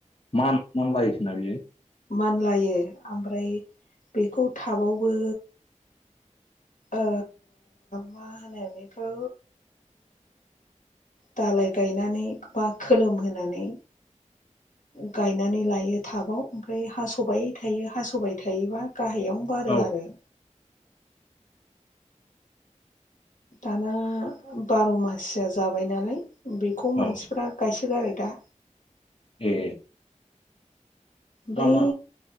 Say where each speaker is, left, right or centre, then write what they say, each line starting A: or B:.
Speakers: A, on the left; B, on the left.
A: मान मानबायोसोना बियो
B: मानलायो ओमफ्राय बेखौ थटाबावबो ओ मा होनो बेखौ दालाय गायनानै बा खोलोमहोनानै गायनानै लायो टाबाव ओमफ्राय हास'बाय थायो हास'बाय थायोबा गाहायावनो बारो
A: औ
B: आरो दाना बार' मासया जाबाय नालाय बेखौ मानसिफ्रा
A: औ
B: गायसोगारो दा
A: ए मा
B: बै
A: मा